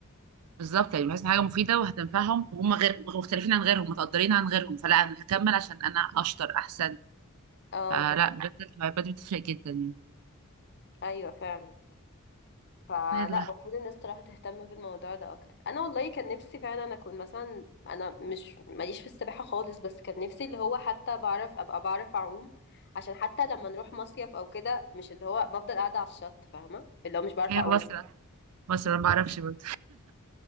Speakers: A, on the right (about 85°); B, on the left (about 50°).
A: بالظبط يعني بحس إن حاجه مفيده وهتنفعهم وهم غير مختلفين عن غيرهم متقدرين عن غيرهم فلا انا هكمل عشان انا اشطر احسن
B: اه
A: فلا
B: دي حاجة.
A: بجد الهوايات بتفرق جدا يعني
B: أيوة فعلا فلا
A: يلا
B: المفروض الناس صراحة تهتم بالموضوع ده اكتر انا والله كان نفسي فعلا اكون مثلا انا مش ماليش في السباحة خالص بس كان نفسي اللي هو حتى بعرف ابقى بعرف اعوم عشان حتى لما نروح مصيف او كده مش اللي هو بفضل قاعدة على الشط فاهمة اللي هو مش بعرف
A: هي
B: اعوم
A: بسرعة بسرعة ما بعرفش برضه